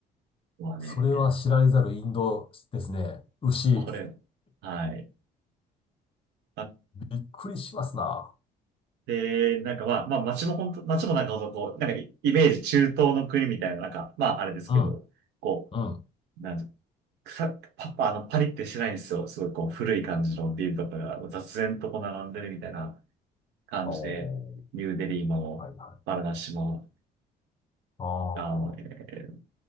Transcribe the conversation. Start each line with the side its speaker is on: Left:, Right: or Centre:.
Right: はね、
Left: それは知られざるインドですね。牛。
Right: これ、はい。あっ
Left: びっくりしますな。
Right: て、なんかまあ、まあ街も本当、街もなんかほんとこう、なんかイイメージ中東の国みたいな、なんか、まああれですけど、
Left: うん、
Right: こ
Left: うん。
Right: う、なんじゃ、草、パッパ、あの、パリってしてないんですよ。すごいこう、古い感じのビルとかが雑然とこう並んでるみたいな感じで、
Left: おー、
Right: ニューデリーも、
Left: はいはい。
Right: バルナシも、
Left: あ
Right: あの、えー